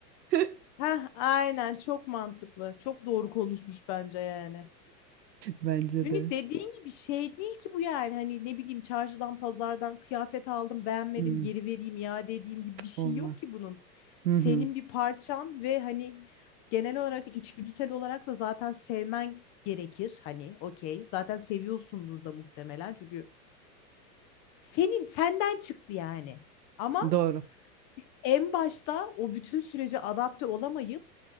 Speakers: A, on the right; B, on the left.
A: <laughs>
B: heh aynen çok mantıklı. Çok doğru konuşmuş bence yani.
A: Bence
B: Çünkü
A: de.
B: dediğin gibi şey değil ki bu yani hani ne bileyim çarşıdan pazardan kıyafet aldım beğenmedim
A: Hmm,
B: geri vereyim ya dediğim gibi bir şey
A: olmaz.
B: yok ki bunun.
A: Hı
B: Senin
A: hı,
B: bir parçan ve hani genel olarak içgüdüsel olarak da zaten sevmen gerekir hani okey zaten seviyorsundur da muhtemelen çünkü senin senden çıktı yani. Ama
A: doğru.
B: en başta o bütün sürece adapte olamayıp